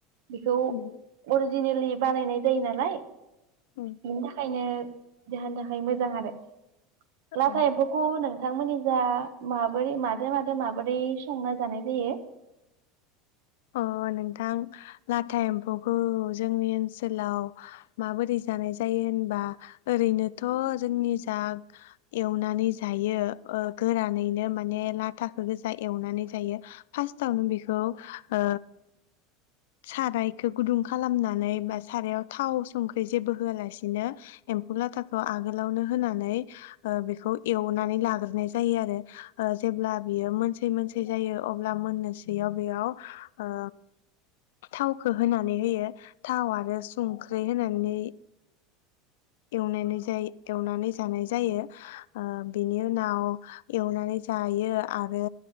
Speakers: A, on the right; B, on the left.
A: बेखौ
B: उम
A: अरिजिनेलि बानायनाय जायो नालाय
B: उम
A: बिनि थाखायनो देहानि थाखाय मोजां आरो लाथा
B: औ
A: एम्फौखौ नोथ नोंथांमोननि जा माबोरै मादो मादो माबोरै संना जानाय जायो
B: अ नोंथां लाथा एम्फौखौ जोंनि ओनसोलाव माबोरै जानाय जायो होनबा ओरैनोथ' जोंनि जा एवनानै जायो ओ गोरानैनो माने लाथाखौ गोजा एवनानै जायो फार्स्टावनो बेखौ ओ सारायखौ गुदुं खालामनानै बा सारायाव थाव संख्रि जेबो होआलासिनो एम्फौ लाथाखौ आगोलावनो होनानै ओ बेखौ एवनानै लाग्रोनाय जायो आरो ओ जेब्ला बियो मोनसेै मोनसै जायो अब्ला मोननोसैयाव बेयाव ओ थावखौ होनानै होयो थाव आरो संख्रै होनानै एवनानै जाय एवनानै जानाय जायो ओ बेनि उनाव एवनानै जायो आरो